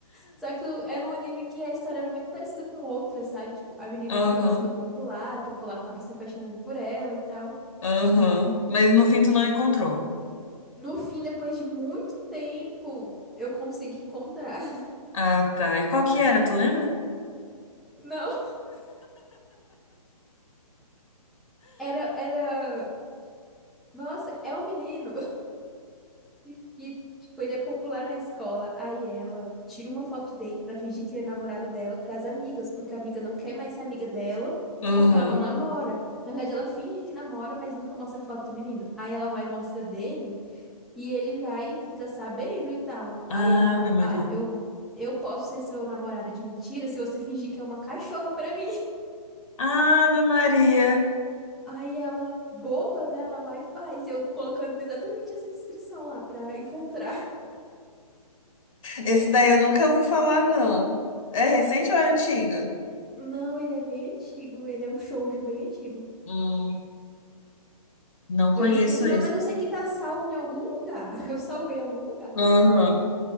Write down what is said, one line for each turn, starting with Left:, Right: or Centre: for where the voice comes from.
Centre: Só que o- era um anime que a história era muito parecida com outras, sabe? Tipo, a menina
Left: aham,
Centre: que gosta do popular, o popular acaba se apaixonando por ela e tal.
Left: aham. Mas no fim tu não encontrou.
Centre: No fim, depois de muito tempo, eu consegui encontrar. <laughs>
Left: Ah, tá. E qual que era, tu lembra?
Centre: Não, era, era. Nossa, é um menino <laughs> que, tipo, ele é popular na escola. Aí ela tira uma foto dele pra fingir que ele é namorado dela pras amigas, porque a amiga não quer mais ser amiga dela,
Left: Uhum.
Centre: porque ela não namora. Na verdade, ela finge que namora, mas nunca mostra a foto do menino. Aí ela vai e mostra dele, e ele vai e fica sabendo e tal.
Left: Ave
Centre: Aí ele fala:
Left: Maria.
Centre: Ah, eu, eu posso ser seu namorado de mentira se você fingir que é uma cachorra pra mim.
Left: Ave Maria.
Centre: Aí ela, boba, né? Ela vai e faz. E eu colocando exatamente essa descrição lá pra encontrar. <laughs>
Left: Esse daí eu nunca ouvi falar, não. É recente ou é antigo?
Centre: Não, ele é bem antigo. Ele é um shoujo bem antigo.
Left: Hum, não conheço
Centre: Eu esqueci
Left: esse.
Centre: o nome, mas eu sei que tá salvo em algum lugar. <laughs> Eu salvei em algum lugar.
Left: Aham.